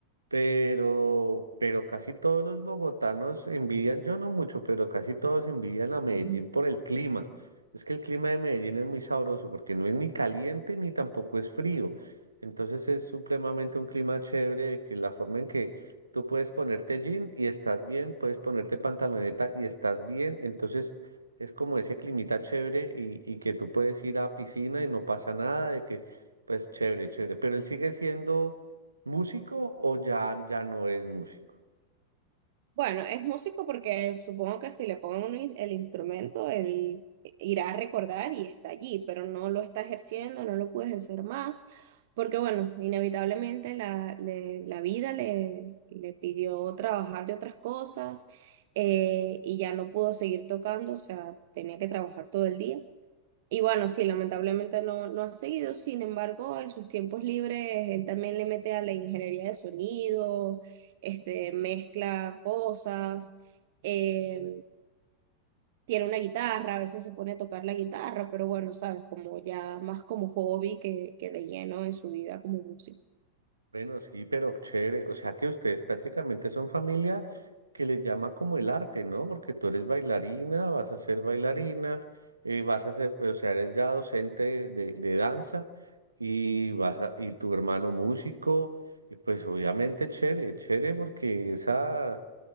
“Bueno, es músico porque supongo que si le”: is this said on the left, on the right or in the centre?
Right